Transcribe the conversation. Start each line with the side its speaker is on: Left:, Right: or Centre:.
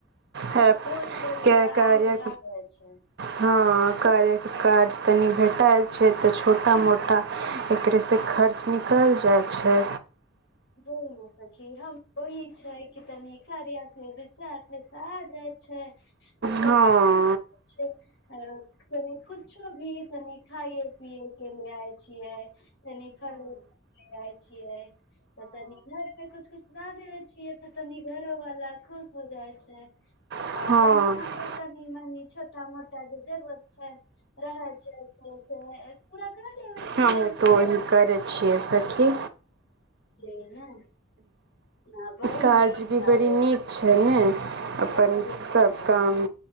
Right: क
Left: वोट लेबे ले
Right: कार्या
Left: आगे आ जाय छै
Right: हँ कार्या के काज तनी भेटाएल छै तऽ छोटा मोटा एकरेसँ खर्च निकल जाइ छै
Left: जेही न सखी हम ई छै कि तनी कार्या से दू चार पैसा आ जाइ छै तऽ
Right: हँ,
Left: तनी कुछो छै आओर तनी कुछो भी तनी खाइए पियए के ले आय छियै तनी जाइ छियै तऽ तनी घर पे कुछ कुछ ला देेवै छियै तऽ तनी घरोवाला खुश हो जाइ छै आ
Right: हमहूँ
Left: तनी हमरो तनी मनी छोटा मोटा जे जरूरत छै रहै छै से से पूरा कर लेबे छियै
Right: हम
Left: ओते
Right: तऽ वही करै छियै सखी
Left: जी ने ना बड़ी
Right: काज
Left: नीक
Right: भी
Left: कार्य
Right: बड़ी नीक छै ने अपन
Left: बड़ी नीक
Right: सभ
Left: कार्य
Right: काम